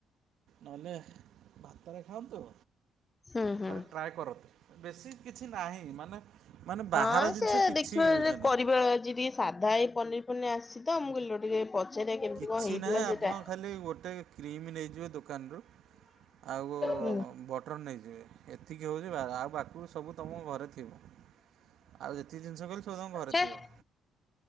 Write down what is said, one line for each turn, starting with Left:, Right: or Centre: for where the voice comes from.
Right: ନହେଲେ ଭାତରେ ଖାଆନ୍ତୁ।
Left: ହୁଁ -ହୁଁ।
Right: ଥରେ ଟ୍ରାଏ କରନ୍ତୁ ବେଶୀ କିଛି ନାହିଁ ମାନେ ମାନେ ବାହାର
Left: ହଁ
Right: ଜିନିଷ
Left: ସେ
Right: କିଛି
Left: ଦେଖିବା
Right: ୟୁଜ୍
Left: କରିବା
Right: ନାହିଁ
Left: ଆଜି ଟିକେ ସାଧା ହେଇ ପନିର୍ ଫନିର୍ ଆସିଛି ତ ମୁଁ କହିଲି <unintelligible> ପଚାରିବା ଟିକେ କେମିତି
Right: କିଛି
Left: କଣ ହେଇଥିଲା
Right: ନାହିଁ ଆପଣ
Left: ସେଇଟା
Right: ଖାଲି ଗୋଟେ କ୍ରିମ୍ ନେଇଯିବେ ଦୋକାନରୁ ଆଉ
Left: ହୁଁ
Right: ବଟର୍ ନେଇଯିବେ। ଏତିକି ହଉଛି ବାହାରୁ ଆଉ ବାକୁ ସବୁ ତୁମ ଘରେ ଥିବ, ଆଉ ଯେତିକି ଜିନିଷ କହିଲି ସବୁ ତମ ଘରେ
Left: ହେ
Right: ଥିବ।